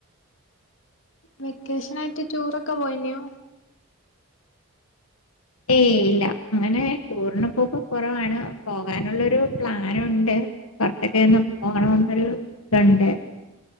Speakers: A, on the left; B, on the left.
A: വെക്കേഷനായിട്ട് ടൂറൊക്കെ പോയിനോ
B: ഏയ് ഇല്ല അങ്ങനെ ടൂറിന് പോക്കൊക്കെ കുറവാണ് പോകാനുള്ളൊരു പ്ലാനുണ്ട് പുറത്തൊക്കൊന്ന് പോകണന്നൊരു ഇതുണ്ട്